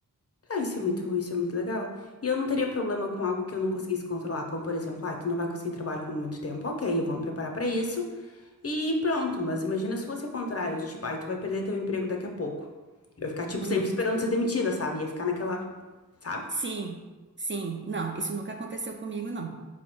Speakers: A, on the left; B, on the right.
A: Ah, isso é muito, isso é muito legal. E eu não teria problema com algo que eu não conseguisse controlar, como por exemplo, ah, tu não vai conseguir trabalho por muito tempo. Ok, eu vou me preparar pra isso e pronto. Mas imagina se fosse o contrário, do tipo, ah, tu vai perder teu emprego daqui a pouco. Eu ia ficar, tipo,
B: Uhum.
A: sempre esperando ser demitida, sabe? Ia ficar naquela, sabe?
B: Sim, sim, não, isso nunca aconteceu comigo, não.